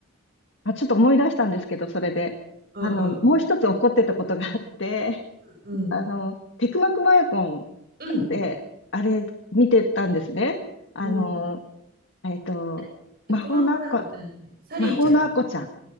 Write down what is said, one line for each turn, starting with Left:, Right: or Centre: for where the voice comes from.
Left: あ、ちょっと思い出したんですけど、それで。
Right: うん。
Left: あの、
Right: うん。
Left: もう一つ怒ってたことがあって、
Right: うん。
Left: <laughs> あの、テクマクマヤコンっ
Right: うん。うん。
Left: て、あれ、見てたんですね。あの、
Right: うん。
Left: えっと、
Right: え、テクマクアヤコっゃ何サリーちゃん。
Left: 魔法のアッコ、魔法のアッコちゃん。